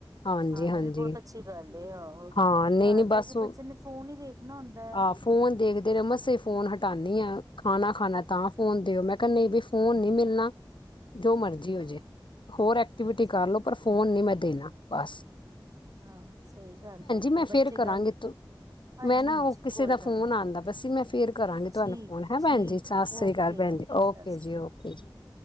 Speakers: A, on the left; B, on the right.
A: ਹਾਂਜੀ
B: ਹਾਂ
A: ਹਾਂਜੀ
B: ਇਹ ਵੀ ਬਹੁਤ ਅੱਛੀ ਗੱਲ ਹੈ ਆਹੋ ਘਰ
A: ਹਾਂ ਨਹੀਂ ਨਹੀਂ ਬਸ
B: ਬਹਿ ਕੇ ਬੱਚੇ ਨੇ ਫੋਨ ਹੀ ਦੇਖਣਾ ਹੁੰਦਾ ਹੈ।
A: ਆਹ ਫੋਨ ਦੇਖਦੇ ਨੇ ਮਾਸੇ ਫੋਨ ਹਟਾਂਦੀ ਹਾਂ। ਖਾਣਾ ਖਾਣਾ
B: ਹਾਂਜੀ
A: ਤਾਂ ਫੋਨ ਦਿਓ ਮੈਂ ਕ ਵੀ ਫੋਨ ਨਹੀਂ ਮਿਲਣਾ। ਜੋ ਮਰਜੀ
B: ਹਾਂ
A: ਹੋਜੇ ਹੋਰ ਐਕਟੀਵਿਟੀ
B: ਸਹੀ
A: ਕਰ ਲੋ
B: ਗੱਲ
A: ਪਰ ਫੋਨ ਨੀ ਮ ਦੇਣਾ ਪਾਸ।
B: ਹਾਂ ਸਹੀ ਗੱਲ ਫਿਰ
A: ਮੈਂ ਫੇਰ
B: ਬੱਚੇ
A: ਕਰਾਂਗੀ
B: ਗੱਲ ਹਾਂਜੀ
A: ਮੈਂ ਨਾ
B: ਹਾਂਜੀ
A: ਉਹ ਕਿਸੇ
B: ਕੋਈ
A: ਦਾ
B: ਗੱਲ
A: ਫੋਨ
B: ਨੀ
A: ਆਉਂਦਾ ਬਸ ਮੈਂ ਫੇਰ ਕਰਾਂਗੀ ਤੁਹਾਨੂੰ
B: ਠੀਕ
A: ਫੋਨ ਹੈ
B: ਠੀਕ
A: ਭੈਣ ਜੀ ਸਤਿ ਸ੍ਰੀ
B: ਓਕੇ
A: ਅਕਾਲ ਭੈਣ ਜੀ
B: ਸਤਿ
A: ਓਕੇ
B: ਸ਼੍ਰੀ
A: ਜੀ ਓਕੇ ਜੀ।